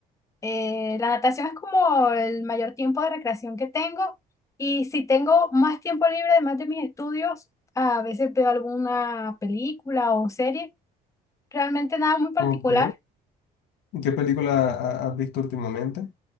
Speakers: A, on the left; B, on the left.
A: eh, la natación es como el mayor tiempo de recreación que tengo y si tengo más tiempo libre además de mis estudios, a veces veo alguna película o serie, realmente nada muy particular.
B: Ok. ¿Y qué película ha- has visto últimamente?